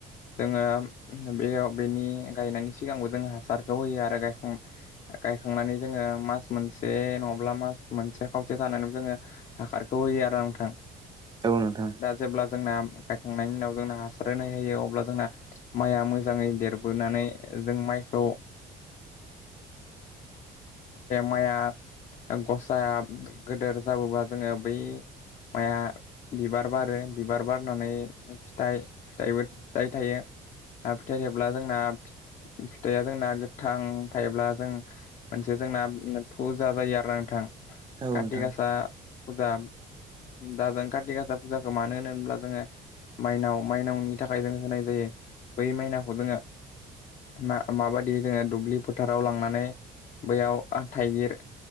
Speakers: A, on the left (about 45°); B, on the right (about 25°).
A: जोङो बेयाव बेनि गायनायनि सिगांबो जों हासारखौ होयो आरो गायखां गायखांनानै जोङो मास मोनसे नङाब्ला मास मोनसे खावसे थानानै जोङो हाखारखौ होयो आंथां
B: औ नोंथां
A: जेब्ला जोंना गायखांनायनि उनाव जोंना हासार होनाय होायो अब्ला जोंना माइआ मोजाङै देरबोनानै जों माइखौ माइआ गसाया गेदेर जाबोब्ला जोङो बै माइाया बिबार बारो बिबार बारनानै फिथ फिथ फिथाइ थायो आरो फिथायाइेब्ला जोंना फिथाइआ जोंना गोथां थायोब्ला जों मोनसे जोंना फुजा जायो आरो न नोंथां
B: औ नोंथां औ
A: कारति
B: नोंथां
A: गासा फुजा दा जों कारत गासा फुजाखौ मानो होनो होनब्ला जोङो माइनाव माइनावनि थाखाय जोङ होनाय जायो बै माइनाावखौ जोङो ना माबायदि जोङो दुब्लि फोथाराव लांनानै बैयाव थाइगिर